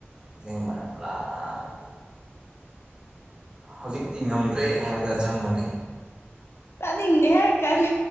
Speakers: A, on the right; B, on the left.
A: ꯑꯁꯦꯡꯕ ꯂꯥꯛ ꯍꯧꯖꯤꯛꯇꯤ ꯉꯝꯗ꯭ꯔꯦ ꯍꯥꯏꯕꯗ ꯆꯪꯕꯅꯦ
B: ꯇꯅꯤꯡꯗꯦ ꯍꯥꯏ ꯀꯅꯤ